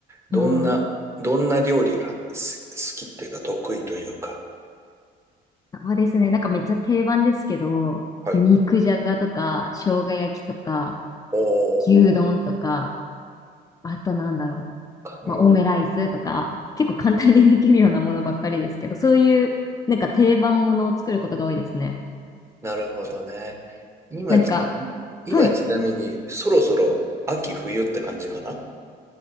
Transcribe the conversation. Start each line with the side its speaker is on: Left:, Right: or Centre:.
Right: どんな、
Left: うん。
Right: どんな料理がす好きというか、得意というか。
Left: そうですね。なんかめっちゃ定番ですけど、
Right: はい。
Left: 肉じゃがとか生姜焼きとか
Right: おー、
Left: 牛丼とか、あとなんだろう。
Right: うん。
Left: まあオムライスとか、結構簡単にできるようなものばっかりですけど、そういうなんか定番ものを作ることが多いですね。
Right: なるほどね。今ちな、
Left: なんか、
Right: 今ちなみに、
Left: はい。
Right: そろそろ秋冬って感じかな